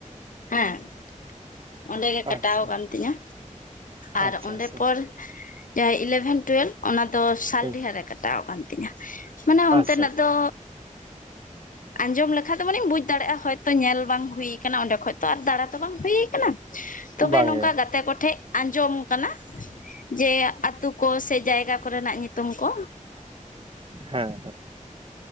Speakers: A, on the left; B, on the right.
A: ᱦᱮᱸ ᱚᱸᱰᱮ ᱜᱮ ᱠᱟᱴᱟᱣ
B: ᱟᱪᱪᱷᱟ
A: ᱟᱠᱟᱱ ᱛᱤᱧᱟᱹ ᱟᱨ
B: ᱟᱪᱪᱷᱟ
A: ᱚᱸᱰᱮ
B: ᱟᱪᱪᱷᱟ
A: ᱯᱚᱨ ᱡᱟᱦᱟᱸᱭ ᱤᱞᱮᱵᱷᱮᱱ ᱴᱩᱭᱮᱞᱵᱷ ᱚᱱᱟ ᱫᱚ ᱥᱟᱞᱰᱤᱦᱟᱨ
B: ᱦᱩᱸ
A: ᱨᱮ ᱠᱟᱴᱟᱣ ᱟᱠᱟᱱ ᱛᱤᱧᱟᱹ ᱢᱟᱱᱮ ᱚᱱᱛᱮᱱᱟᱜ
B: ᱟᱪᱪᱷᱟ
A: ᱫᱚ ᱟᱸᱡᱚᱢ ᱞᱮᱠᱷᱟᱡ ᱫᱚ ᱢᱟᱱᱮᱧ ᱵᱩᱡ ᱫᱟᱲᱮᱭᱟᱜᱼᱟ ᱦᱚᱭᱛᱚ ᱧᱮᱞ ᱵᱟᱝ ᱦᱩᱭᱩ ᱟᱠᱟᱱᱟ ᱚᱸᱰᱮ ᱠᱷᱚᱡ ᱛᱚ ᱟᱨ ᱫᱟᱬᱟ ᱛᱚ ᱵᱟᱝ ᱦᱩᱭ ᱟᱠᱟᱱᱟ ᱛᱚᱵᱮ
B: ᱵᱟᱝᱜᱮ
A: ᱱᱚᱝᱠᱟ ᱜᱟᱛᱮ ᱠᱚᱴᱷᱮᱱ ᱟᱸᱡᱚᱢᱠᱟᱱᱟ ᱡᱮ ᱟᱛᱩ ᱠᱚ ᱥᱮ ᱡᱟᱭᱜᱟ ᱠᱚᱨᱮᱱᱟᱜ ᱧᱩᱛᱩᱢ ᱠᱚ
B: ᱦᱮᱸ